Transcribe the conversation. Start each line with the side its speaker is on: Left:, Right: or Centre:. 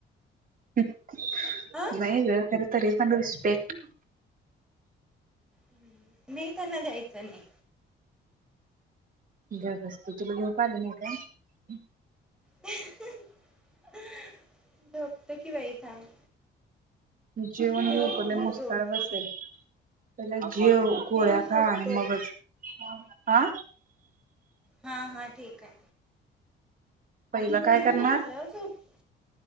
Right: नाही
Centre: अ
Right: ग खरतरी रिस्पेक्ट
Centre: हम्म मी त्यांना द्यायचं नाही
Right: ज बसत तुला झोप आली नाही का?
Centre: ह ह हा आ झोपतो की बाई थांब
Right: जेवण
Centre: ठेव
Right: झोपले
Centre: मग
Right: मस्त
Centre: झोपतो
Right: बसेल चला <unintelligible> जेव गोळ्या
Centre: ठेव झोपतो
Right: खा आणि मगच आ
Centre: हा हा ठीक आहे
Right: पहिलं काय
Centre: ठेव
Right: करणार
Centre: म्हंटलं झोपतो